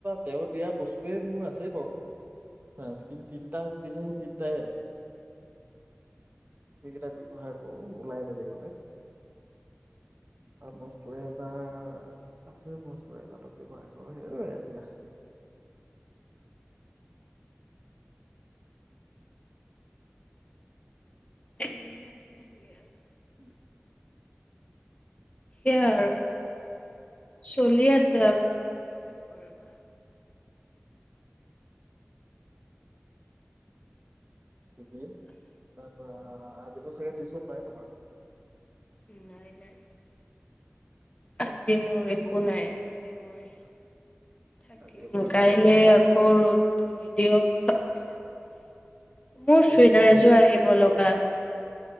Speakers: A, on the right; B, on the left.
A: তেওঁ দিয়া বস্তুয়ে মোৰ আছেই বাৰু চাৰ্স্কিন তিনটা দিছে তিনটাই আছে সেইকেইটা ব্যৱহাৰ কৰোঁ ওলাই বেলেগলে মষ্টষ্টৰেজ। তা আছে বস্তুৰে আই তাতো ব্যৱহাৰ কৰো সেইটোৱে।
B: গি আছে চি গে আছ
A: উম
B: সেইয়াই আৰু চলি আছে। সেয়া তেনেকে কি কৰিবা।
A: থিকে তাৰ পৰা আজিতো চাগে। নাই তোমাৰ।
B: উম নাই নাই। আজি মোৰ একো নাই আজি মই
A: আচ্ছা
B: থাকিম
A: আজি অকমান
B: কাইলৈ
A: পাৰিলে ৰেষ্ট
B: আকৌ ৰ'দ ত নিদিয়ক মোৰ
A: এইকেইদিন
B: চুৱেদাৰ
A: বাৰু
B: এযোৰ আহিব লগা আছে। এেই